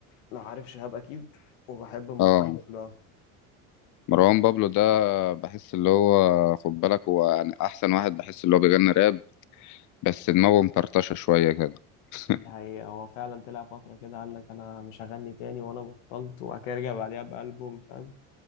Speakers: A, on the left; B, on the left.
A: لو عارف شهاب اكيد وبحب مروان
B: اه
A: بابلو أوي.
B: مروان بابلو ده بحس اللي هو خد بالك هو يعني أحسن واحد بحس اللي هو بيغني راب بس دماغه مفرطشة شوية كده <laughs>
A: دي حقيقة هو فعلا طلع فترة كده قال لك أنا مش هغني تاني وأنا بطلت وبعد كده رجع بعديها بألبوم فاهم